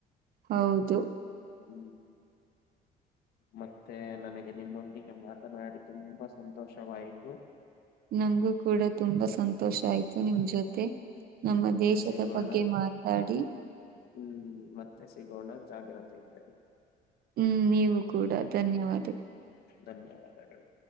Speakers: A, on the right; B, on the left.
A: ಹೌದು
B: ಹ್ಮ್ ಮತ್ತೆ ನನಗೆ ನಿಮ್ಮೊಂದಿಗೆ ಮಾತನಾಡಿ ತುಂಬಾ ಸಂತೋಷವಾಯಿತು.
A: ನಂಗೂ ಕೂಡ ತುಂಬಾ ಸಂತೋಷ ಆಯ್ತು ನಿಮ್ಮ ಜೊತೆ. ನಮ್ಮ
B: ಮತ್ತೆ
A: ದೇಶದ
B: ಸಿಗೋಣ
A: ಬಗ್ಗೆ ಮಾತಾಡಿ.
B: ಹ್ಮ್ ಮತ್ತೆ ಸಿಗೋಣ ಜಾಗ್ರತೆ ಇಲ್ಲದೆ.
A: ಹ್ಮ್ ನೀವು ಕೂಡ ಧನ್ಯವಾದ.
B: ಧನ್ಯವಾದಗಳು.